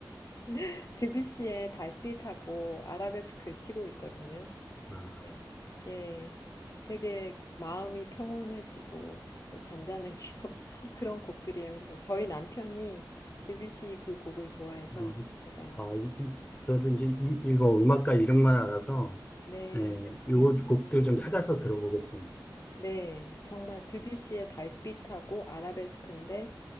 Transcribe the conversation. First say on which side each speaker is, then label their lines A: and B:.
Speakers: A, on the left; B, on the left.
A: <laughs> 드뷔시의 달빛하고 아라베스크 치고 있거든요.
B: 아,
A: 네. 예. 되게 마음이 평온해지고 잔잔해지고 <laughs> 그런 곡들이에요. 그래서 저희 남편이 드뷔시 그 곡을 좋아해서
B: 이-
A: 제가
B: 아, 이 저도 이제 이, 이거 음악가 이름만 알아서,
A: 네,
B: 예, 요거 곡들 좀 찾아서 들어보겠습니다.
A: 네. 정말 드뷔시의 달빛하고 아라베스크인데